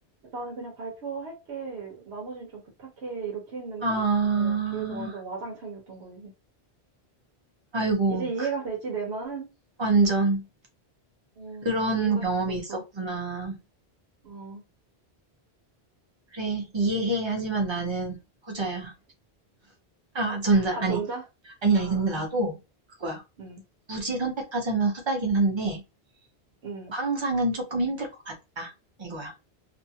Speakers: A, on the right; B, on the right.
A: 나는 그냥 발표할게, 나머지는 좀 부탁해, 이렇게 했는데,
B: 아,
A: 어, 뒤에서 완전 와장창이었던 거지.
B: 아이고,
A: 이제 이해가
B: 그-
A: 되지, 내 마음?
B: 완전
A: 음,
B: 그런
A: 이유가
B: 경험이
A: 있었어.
B: 있었구나.
A: 어.
B: 그래, 이해해. 하지만 나는 후자야. 아, 전자,
A: 아,
B: 아니,
A: 전자?
B: 아니,
A: 아,
B: 아니,
A: 아,
B: 근데 나도 그거야.
A: 응,
B: 굳이 선택하자면 후자긴 한데,
A: 응.
B: 항상은 조금 힘들 것 같다. 이거야.